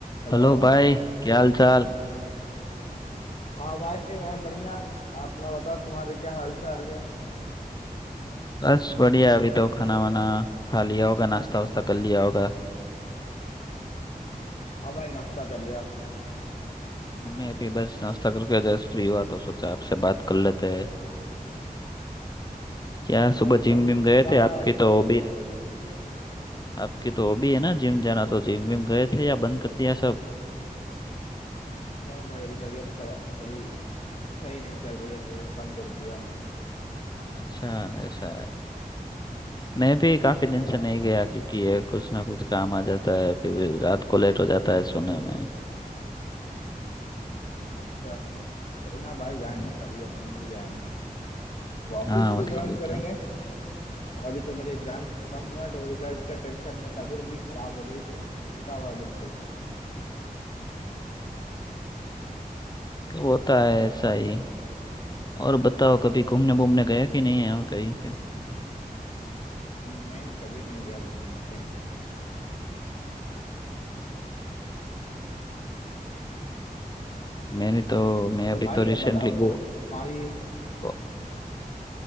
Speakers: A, on the left; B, on the left.
A: Hello
B: Hello भाई क्या हाल चाल
A: हाँ भाई मैं बढ़िया अपना बताओ तुम्हारे क्या हाल चाल है
B: बस बढ़िया अभी तो खाना वाना खा लिया होगा नाश्ता वास्ता कर लिया होगा
A: हाँ भाई नाश्ता कर लिया
B: मम्मी अभी बस नाश्ता करके जस्ट फ्री हुआ तो सोचा आपसे बात कर लेते हैं क्या सुबह
A: हाँ भाई
B: जिम विम गए
A: क्या
B: थे
A: हो रहा
B: आपकी
A: है आजकल
B: तो हॉबी आपकी तो हॉबी है ना जिम जाना तो जिम विम गए थे या बंद कर दिया सब
A: मैं भाई अभी तबीयत थोड़ा थोड़ी सही नहीं चल रही है तो वो बंद कर दिया मैंने
B: अच्छा ऐसा है मैं भी काफी
A: हाँ
B: दिन से नहीं गया क्योंकि ये कुछ ना कुछ काम आ जाता है फिर रात को लेट हो जाता है सोने में
A: क्या कोई ना भाई जाएंगे
B: हम्म,
A: कभी अपने मिल जाएंगे वापस
B: हाँ
A: से
B: मतलब
A: ज्वाइन
B: होता
A: करेंगे और अभी तो मेरे एग्जाम्स खत्म हुए हैं, तो रिजल्ट का टेंशन में तबीयत भी खराब हो गई तो टूटा हुआ है बिल्कुल
B: मतलब होता है ऐसा ही और बताओ कभी घूमने घूमने गए कि नहीं है कहीं पे
A: नहीं कभी नहीं गया घूमने कहीं
B: मैंने तो मैं
A: हाँ
B: अभी
A: तो भाई
B: तो रिसेंटली
A: ये बताओ
B: गो,
A: तुम्हारी
B: गो